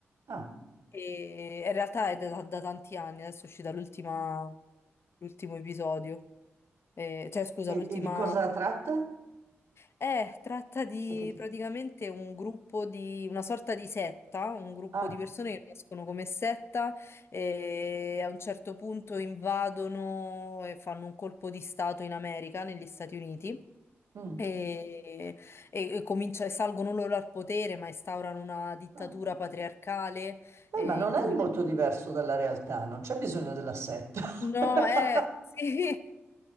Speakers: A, on the right; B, on the left.
A: Ah,
B: E in realtà è da, da tanti anni, adesso è uscita l'ultima, l'ultimo episodio, Eh, cioè scusa,
A: e,
B: l'ultima...
A: e di cosa tratta?
B: Eh, tratta di
A: Cioè che ti-
B: praticamente un gruppo di, una sorta di setta, un gruppo
A: Ah,
B: di persone che nascono come setta e a un certo punto invadono e fanno un colpo di stato in America, negli Stati Uniti
A: mm,
B: e, e- e comincia- salgono loro al potere, ma instaurano una dittatura
A: ah.
B: patriarcale
A: Beh,
B: eh,
A: ma non
B: in cui...
A: è molto diverso dalla realtà, non c'è bisogno della setta.
B: No,
A: <laughs>
B: eh, <laughs> sì.